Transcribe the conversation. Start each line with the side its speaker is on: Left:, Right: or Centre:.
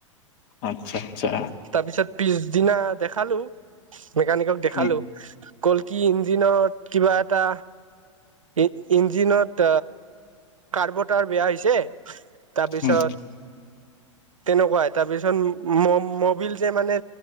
Left: আচ্ছা, আচ্ছা।
Right: তাৰপিছত পিছদিনা দেখালো মেকানিকক দেখালো।
Left: উম
Right: কলে কি ইঞ্জিনত কিবা এটা ই ইঞ্জিনত কাৰ্বুৰেটাৰ বেয়া হৈছে। তাৰপিছত
Left: উম
Right: তেনেকুৱাই, তাৰপিছত মবিল যে মানে